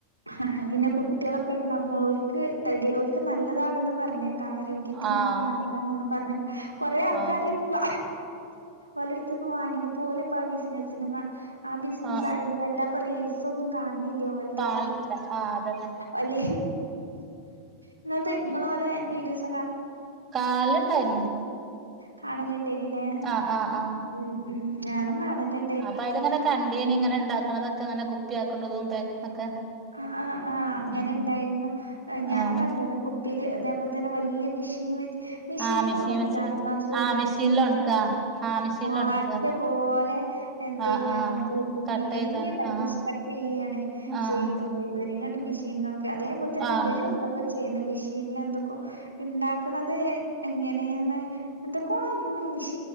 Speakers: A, on the right; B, on the right.
A: ആഹ്.. പിന്നെ കുട്ടികളൊക്കെയുണ്ടാകുമ്പോ അവർക്കു തടി അവൾക്കുനല്ലതാണെന്നുപറഞ്ഞേ ആരോഗ്യത്തിനൊക്കെ
B: ആഹ്
A: നല്ലതാണെന്നുപറഞ്ഞ്കൊറേ ആൾക്കാരുണ്ട്
B: ആ അത
A: വ.. ഓലടുത്തൂന്ന് വാങ്ങിയണപോലെ യിപ്പൊയാ ബിസിനസ്സിനു വേ ആഹ്‌ ബിസിനസായതു
B: ആ
A: കൊണ്ട് വല്ലാപ്പ റീസൊന്നും കാണുന്നില്ലയോലത്തൂന്ന്‌
B: കാലില്ല ആ അതന്നെ
A: അല്ലെ നിങ്ങൾക്ക് വല്യപ്പ നിങ്ങളെ ഓലെ വീഡിയോസ്
B: കാലുണ്ടായിരുന്നു
A: കാണലുണ്ടേതില്
B: ആഹ് ആഹ് ആഹ്
A: ഉം ഉം ഞാനുംകാണലുണ്ട്
B: അപ്പൊ അതിലിങ്ങനെ കണ്ടീനിയിങ്ങനെ ഉണ്ടാക്കണതൊക്കെ യിങ്ങനെ കുപ്പിയ ആക്കുണതും പായ്ക്കിംഗ് ഒക്കെ
A: ആഹ്‌ ആഹ് അങ്ങനെയുണ്ടായിരുന്നു.
B: ഉം ഉം
A: ഞാനും
B: ആഹ്
A: കണ്ടാണ് കുപ്പി കുപ്പീല് അതേപോലെതന്നെ വലിയ മെഷീൻ വെച്ച് മെഷീനിലുംകുക്കറിലാണ്
B: ആ മിഷീൻ വെച്ചിട്ട്
A: എന്നാ ചെയ്യുന്നത്
B: ആ മിഷീനിൽ
A: ചെറിയ
B: ഒണക്കാ ആ മിഷീനിൽ
A: പാറ്റ
B: ഒണക്കാ
A: പോലെ എന്തു
B: ആഹ്
A: ചെയ്യാണ്
B: ആഹ്
A: എരഞ്ഞി,
B: കട്ട്
A: എരിഞ്ഞേണ്ട
B: ചെയ്താണ്ട് ആഹ്
A: സ്പ്പട്ടെയാണ്
B: ആഹ്
A: ചെയ്യുന്നത് ഇരങ്ങോട്ട് മെഷീനുകൾക്ക് അതേപോലെ തന്നെ
B: ആ
A: ഇവരെന്തൊക്കെ
B: ഒണക്ക
A: ചെയ്യുന്നുമെഷീനിൽ എന്തൊക്കോ ഉണ്ടാക്കണതെങ്ങനെയന്ന് എന്തൊക്കോയൊന്നും മിഷ്